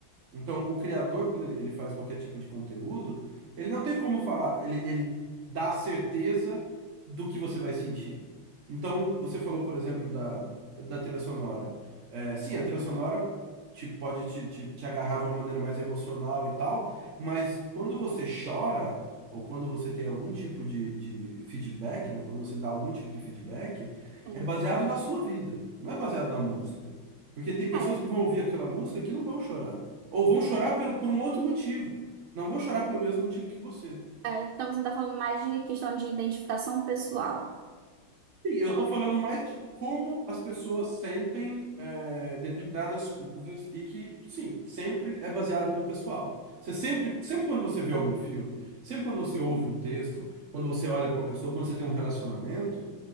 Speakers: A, on the right (about 50°); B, on the right (about 90°).
A: Então, o criador, quando ele, ele faz qualquer tipo de conteúdo, ele não tem como falar, ele, ele dá a certeza do que você vai sentir. Então, você falou, por exemplo, da, da trilha sonora. É, sim, a trilha sonora te, pode te, te, te agarrar de uma maneira mais emocional e tal, mas quando você chora, ou quando você tem algum tipo de, de feedback, né, quando você dá algum tipo de feedback,
B: Tem.
A: é baseado na sua vida, não é baseado na música. Porque tem pessoas
B: É.
A: que vão ouvir aquela música que não vão chorar. Ou vão chorar pelo, por um outro motivo. Não vou chorar pelo mesmo motivo que você.
B: É, Então você tá falando mais de questão de identificação pessoal.
A: E eu tô falando mais de como as pessoas sentem é, determinadas coisas e que, sim, sempre é baseado no pessoal. Você sempre, sempre quando você vê algum filme, sempre quando você ouve um texto, quando você olha para uma pessoa, quando você tem um relacionamento,